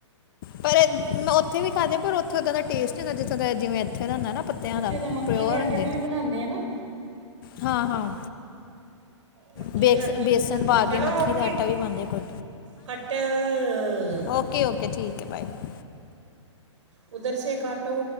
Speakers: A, on the left; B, on the right.
A: ਪਰ ਅ ਮੈਂ ਉੱਥੇ ਵੀ ਖਾਦੇ ਪਰ ਉੱਥੇ ਉਦਾਂ ਦਾ ਟੇਸਟ ਨੀਂ ਹੁੰਦਾ ਜਿਥੋਂ ਜਿਵੇਂ ਇੱਥੇ ਦਾ ਹੁੰਦਾ ਨਾ ਪੱਤਿਆਂ
B: ਇੱਥੇ
A: ਦਾ
B: ਤਾਂ ਮੱਕੀ
A: ਪਿਓਰ
B: ਦੇ ਆਟੇ
A: ਹੁੰਦੇ
B: ਦੀ
A: ਆ।
B: ਵੀ ਬਣਾਉਂਦੇ ਹਨ, ਨਾ।
A: ਹਾਂ, ਹਾਂ।
B: ਮੱਕੀ
A: ਬੇਕਸ
B: ਦੇ ਆਟੇ
A: ਬੇਸਨ
B: ਦੇ ਵੀ ਬਣਦੇ
A: ਪਾ
B: ਚਲੋ
A: ਕੇ ਮੱਕੀ
B: ਓਕੇ
A: ਦਾ ਆਟਾ ਵੀ ਪਾਉਂਦੇ ਕੁਝ
B: ਕੱਟ ਅ-ਅ।
A: ਓਕੇ, ਓਕੇ ਠੀਕ ਹੈ ਬਾਏ।
B: ਉੱਧਰ ਸੇ ਕਾਟੋ।